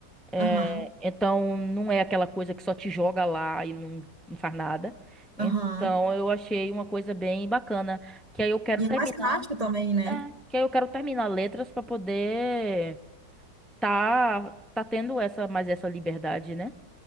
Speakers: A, in the centre; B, on the right.
A: É,
B: aham.
A: então não é aquela coisa que só te joga lá e não, não faz nada. Então
B: aham.
A: eu achei uma coisa bem bacana, que aí eu quero
B: E é
A: terminar,
B: mais prático também, né?
A: é, que aí eu quero terminar letras para poder tá tá tendo essa mais essa liberdade, né?